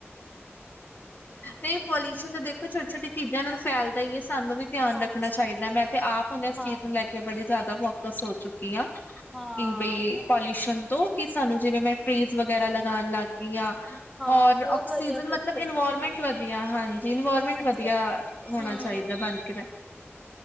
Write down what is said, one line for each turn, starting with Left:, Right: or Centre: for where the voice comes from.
Left: ਨਹੀਂ ਪੋਲਿਊਸ਼ਨ ਤਾਂ ਦੇਖੋ ਛੋਟੀ ਛੋਟੀ ਚੀਜ਼ਾਂ ਨਾਲ ਫਿਆਲ ਦਾ ਹੀ ਸਾਨੂੰ ਵੀ ਧਿਆਨ
Centre: ਹਾਂਜੀ,
Left: ਰੱਖਣਾ ਚਾਹੀਦਾ ਮੈਂ ਤੇ ਆਪ ਹੁਣ ਇਸ
Centre: ਹਾਂ।
Left: ਚੀਜ਼ ਨੂੰ ਲੈ ਕੇ ਬੜੀ ਜ਼ਿਆਦਾ ਕਸ ਹੋ ਚੁੱਕੀ ਆ
Centre: ਹਾਂ,
Left: ਕਿ ਬਈ ਪੋਲਿਊਸ਼ਨ ਤੋਂ ਕਿ ਸਾਨੂੰ ਜਿਵੇਂ ਮੈਂ ਟ੍ਰੀਜ਼ ਵਗੈਰਾ ਲਗਾ ਲੱਗ ਗਿਆ ਗੀਆਂ
Centre: ਹਾਂ
Left: ਔਰ
Centre: ਬਹੁਤ
Left: ਆਕਸੀਜਨ
Centre: ਵਧੀਆ ਕਰਦੇ
Left: ਮਤਲਬ
Centre: ਹੋ
Left: ਇਨਵਾਇਰਮੈਂਟ
Centre: ਤੁਸੀਂ,
Left: ਵਧੀਆ ਹਨ ਇਨਵਾਰਮੈਂਟ
Centre: ਅੱਛਾ,
Left: ਵਧੀਆ ਹੋਣਾ
Centre: ਹੂੰ।
Left: ਚਾਹੀਦਾ ਬਣ ਕੇ